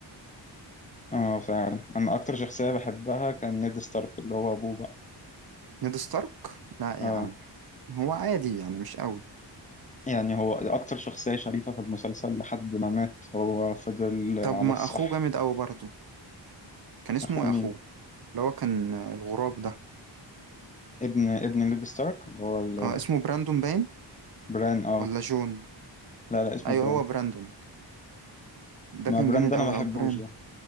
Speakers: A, on the left; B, on the right.
A: اه فعلا انا اكتر شخصية بحبها كان نيد ستارك اللي هو ابوه بقى
B: نيد ستارك لا
A: اه
B: يا عم هو عادي يعني مش قوي
A: يعني هو اكتر شخصية شريفة في المسلسل لحد ما مات هو فضل على
B: طب ما
A: الصح
B: اخوه جامد قوي برضه كان اسمه
A: اخوه
B: ايه
A: مين
B: اخوه اللي هو كان آه، الغراب ده
A: ابن ابن نيد ستارك اللي هو ال-
B: آه اسمه براندون باين
A: بران اه
B: ولا جون
A: لا لا اسمه
B: ايوه
A: بران
B: هو براندون ده
A: ما
B: كان
A: بران
B: جامد
A: ده انا
B: قوي
A: ما بحبوش
B: او بران
A: ده